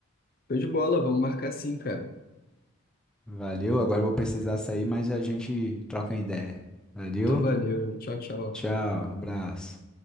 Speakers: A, on the left; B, in the centre.
A: Show de bola, vamos marcar sim, cara.
B: Valeu, agora eu vou precisar sair, mas a gente troca ideia. Valeu,
A: Então valeu, tchau, tchau.
B: tchau, abraço.